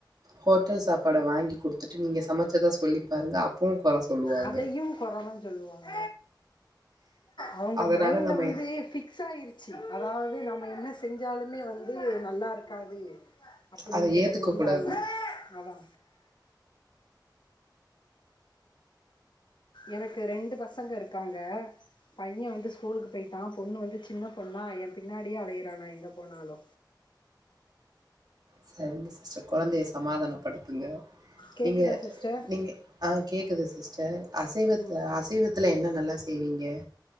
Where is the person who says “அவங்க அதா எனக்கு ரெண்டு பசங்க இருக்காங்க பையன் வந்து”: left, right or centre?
Left